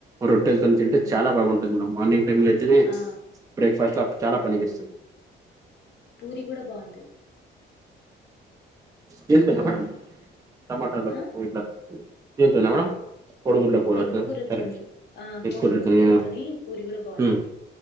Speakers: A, on the right; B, on the left.
A: రొట్టెలతో తింటే
B: ఉమ్
A: చాలా బాగుంటది మేడమ్ మార్నింగ్ టైమ్ లో అయితేనే
B: ఆ
A: బ్రేక్ఫాస్ట్ ల చాలా పని జేస్తది
B: పూరి గూడా బాగుంటది
A: దీంట్లోనా మేడం టమాటోలో
B: ఆ
A: పూరి ఇట్ల దీంట్లోనా మేడం కోడిగుడ్ల కూరకా
B: ఎగ్ కూరతోని
A: కర్రీ
B: ఆ కోడిగుడ్డు
A: ఎక్కువడ్రుతయ్యా
B: కూరతోని పూరి కూడా బాగుంటది
A: ఉమ్